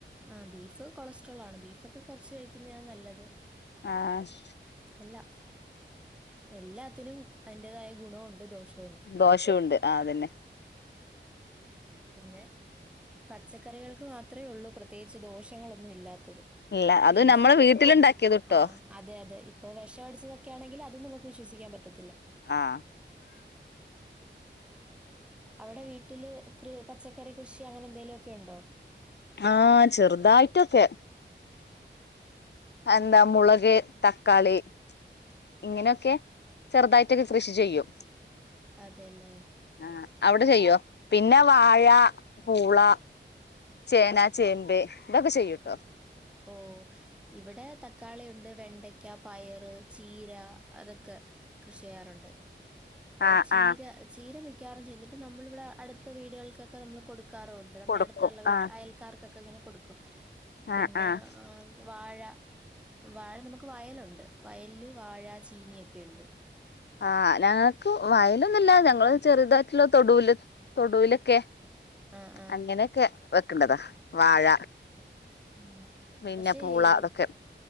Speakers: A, in the centre; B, on the left.
A: ആഹ് ബീഫ് കൊളസ്ട്രോളാണ് ബീഫൊക്കെ കൊർച്ച് കഴിക്ക്യുന്നയാ നല്ലത്
B: ആഹ്
A: എല്ല എല്ലാത്തിനും അയ്ന്റേതായ ഗുണവുണ്ട് ദോഷം
B: ദോഷംഉണ്ട് ആഹ് അതെന്നെ
A: പിന്നെ പച്ചക്കറികൾക്ക് മാത്രേ ഉള്ളൂ പ്രത്യേകിച്ച് ദോഷങ്ങളൊന്നും ഇല്ലാത്തത്
B: ഇല്ല അത്
A: പിന്നെ
B: നമ്മളെ വീട്ടിലുണ്ടാക്കിയത്
A: അത്
B: ട്ടോ
A: ആഹ് അതെ അതെ ഇപ്പൊ വെഷം അടിച്ചതൊക്കെ ആണെങ്കില് അതും നമുക്ക് വിശ്വസിക്കാൻ പറ്റത്തില്ല
B: ആഹ്
A: അവിടെ വീട്ടില് കൃ പച്ചക്കറി കൃഷി അങ്ങനെ എന്തേലു ഒക്കെയുണ്ടോ
B: ആഹ് ചെറ്തായിട്ടൊക്കെ അഹ് എന്താ മുളക്, തക്കാളി ഇങ്ങനെഒക്കേ ചെർതായിട്ടൊക്കെ കൃഷി ചെയ്യും
A: അതെലേ
B: ആഹ് ഔടെ ചെയ്യോ പിന്നെ വാഴ പൂള ചേന ചേമ്പ് ഇതൊക്കെ ചെയ്യുട്ടോ
A: ഓ ഇവിടെ തക്കാളി ഒണ്ട് വെണ്ടെയ് ക്ക പയറ് ചീര അതൊക്കെ കൃഷി ചെയ്യാറുണ്ട് ഇപ്പോ
B: ആഹ്
A: ചീര
B: ആഹ്
A: ചീര മിക്കവാറും ചെയ്തിട്ട് നമ്മളിവിടെ അടുത്ത വീടുകൾക്കൊക്കെ നമ്മള് കൊടുക്കാറുണ്ട് നമ്മുടെ
B: കൊടുക്കും
A: അടുത്തുള്ള വീട്ടില്
B: ആഹ്
A: അയൽ ക്കാർക്കൊക്കെ ഇങ്ങനെ കൊട്ക്കും പിന്നേ
B: ആഹ് ആഹ്
A: ആം വാഴ വാഴ നമുക്ക് വയലുണ്ട് വയൽല് വാഴ ചീനിഒക്കെയുണ്ട്
B: ആഹ് ഞങ്ങക്ക് വയലൊന്നുല്ല ഞങ്ങള് ചെറുതായിട്ടുള്ള തൊടൂല് തൊടൂലൊക്കെ
A: ആഹ് ആഹ്.
B: അങ്ങനൊക്കെ വെക്ക്ണതാ വാഴ
A: മ്
B: പിന്നെ
A: പക്ഷേ
B: പൂള
A: ഇയാഹു
B: അതൊക്കെ